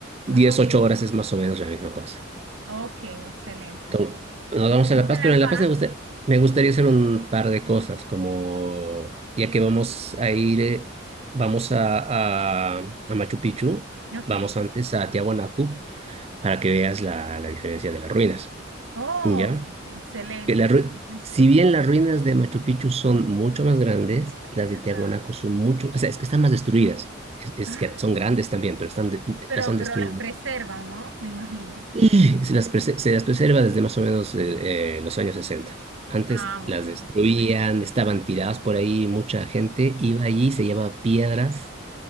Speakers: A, on the right; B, on the right.
A: diez,
B: Ajá.
A: ocho horas es más o menos la misma cosa.
B: Ok, excelente.
A: Entonces, nos
B: Llegamos
A: vamos a La Paz,
B: a La
A: pero en
B: Paz.
A: La Paz me gusta- me gustaría hacer un par de cosas, como ya que vamos a ir, eh, vamos a, a, a Machu Picchu,
B: Ok,
A: vamos antes a Tiahuanacu para
B: ok.
A: que veas la, la diferencia de las ruinas.
B: Oh,
A: ¿Ya?
B: excelente,
A: Que la
B: me
A: ru-
B: parece
A: si
B: súper.
A: bien las ruinas de Machu Picchu son mucho más grandes, las de
B: Ajá.
A: Tiahuanaco son mucho, o sea, es que están más destruidas. Es, es
B: Ah,
A: que son grandes también, pero están de-
B: pero,
A: las han
B: pero
A: destruido.
B: las preservan, ¿no? Me imagino.
A: Y se las, prese- se las preserva desde más o menos eh, eh, los años 60. Antes
B: Ah, muy
A: las
B: bien,
A: destruían,
B: muy bien.
A: estaban tiradas por ahí, mucha gente iba allí, se llevaba piedras,